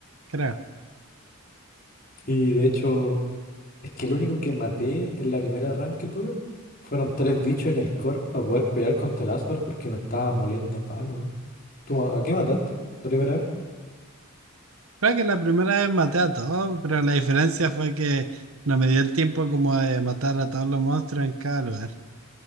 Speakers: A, on the right; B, on the left.
A: creo.
B: Y de hecho, es que el único que maté en la primera run que tuve fueron tres bichos en el core para poder pelear contra el Asgore porque me estaba moliendo a palo. ¿Cómo, a qué mataste la primera vez?
A: Creo que la primera vez maté a todos, pero la diferencia fue que no me dio el tiempo como de matar a todos los monstruos en cada lugar.